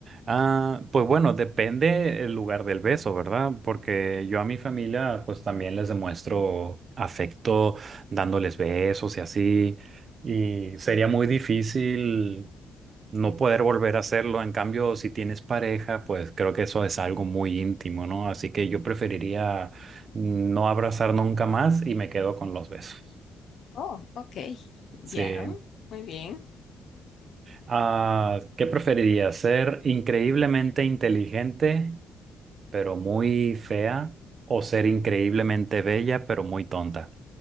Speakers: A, on the right; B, on the left.
A: Ah, pues bueno, depende el lugar del beso, ¿verdad? Porque yo a mi familia pues también les demuestro afecto dándoles besos y así, y sería muy difícil no poder volver a hacerlo. En cambio, si tienes pareja, pues creo que eso es algo muy íntimo, ¿no? Así que yo preferiría no abrazar nunca más y me quedo con los besos.
B: Oh, ok.
A: Sí.
B: Ya, muy bien.
A: Ah, ¿qué preferirías? ¿Ser increíblemente inteligente, pero muy fea? ¿O ser increíblemente bella, pero muy tonta?